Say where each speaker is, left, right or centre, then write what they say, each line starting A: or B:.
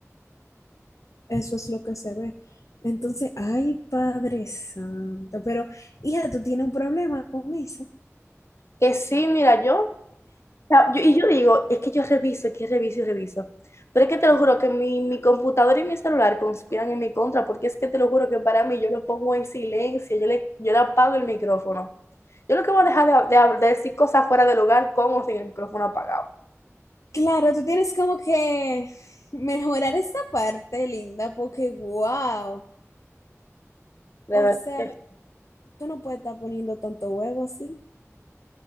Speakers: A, on the left; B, on the left.
A: eso es lo que se ve. Entonces, ay, Padre Santo, pero hija, tú tienes un problema con eso.
B: que sí, mira, yo sea, yo- y yo digo, es que yo reviso, es que reviso y reviso. Pero es que te lo juro que mi, mi computadora y mi celular conspiran en mi contra, porque es que te lo juro que para mí yo lo pongo en silencio, yo le, yo le apago el micrófono. Yo lo que voy a dejar de, hab- de hab- de decir cosas fuera del hogar con o sin el micrófono apagado.
A: Claro, tú tienes como que mejorar esa parte, linda, porque wow.
B: De
A: O
B: verdad
A: sea,
B: que sí.
A: tú no puedes estar poniendo tanto huevo así.